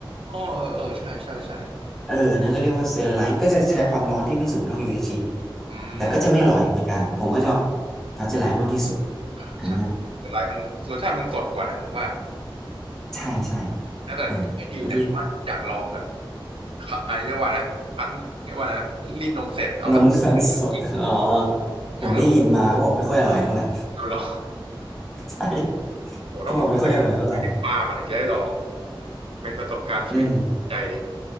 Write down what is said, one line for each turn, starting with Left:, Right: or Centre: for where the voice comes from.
Right: อ๋อเออเออใช่ใช่ใช่
Centre: เอออันนั่นก็เรียกว่าสเตอ r ์ไลซ์มันก็จะใช้ความร้อนที่ไม่สูงเท่า UHT
Right: อืม
Centre: แต่ก็จะไม่อร่อยเหมือนกันผมก็ชอบพัชไลท์มากที่สุด
Right: อ่าใช่แต่หลายมันรสชาติมันสดกว่านะผมว่า
Centre: อ่าใช่ใช่
Right: นะแต่ให้ดีเนี่ยผมว่าอยากลองแบบ
Centre: อ่าเมื่อกี้
Right: ไอะเรียกว่านะคั้นเรียกว่านะรีดนมเสร็จเอามาเปิกิน
Centre: นมคั้นสด <laughs> อ๋อ ผมได้ยินมาเขาบอกไม่ค่อยอร่อยเท่าไหร่
Right: น่าลองน่าลอง
Centre: <laughs> ใช่
Right: โหต้องต้องไปไปถึงฟาร์มอะถึงจะได้ลอง
Centre: เขาบอกไม่ค่อยอร่อยเท่าไหร่
Right: เป็นประสบการณ์ชีวิตใจดิ
Centre: อืม